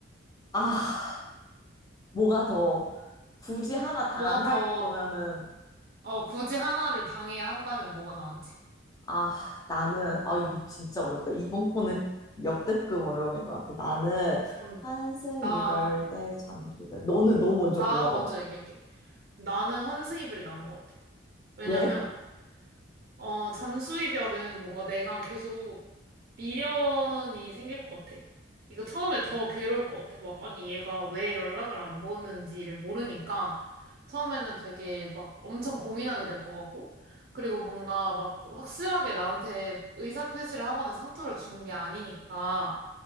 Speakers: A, on the left; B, on the right.
A: 아, 뭐가 더, 굳이 하나 당할
B: 뭐가 더,
A: 거면은,
B: 어, 굳이 하나를 당해야 한다면 뭐가 나은지.
A: 아, 나는, 아, 이거 진짜 어렵다. 이번 거는 역대급 어려움인 것 같아. 나는
B: 그럼,
A: 환승,
B: 나,
A: 이별 대 잠수 이별. 너는 너 먼저
B: 나
A: 골라봐봐.
B: 먼저 얘기할게. 나는 환승이별이 나은 것 같아. 왜냐면,
A: 왜?
B: 어, 잠수 이별은 뭔가 내가 계속 미련이 생길 것 같아. 그러니까 처음에 더 괴로울 것 같아. 막, 아니, 얘가 왜 연락을 안 보는지를 모르니까 처음에는 되게 막 엄청 고민하게 될 것 같고, 그리고 뭔가 막 확실하게 나한테 의사표시를 하거나 상처를 준 게 아니니까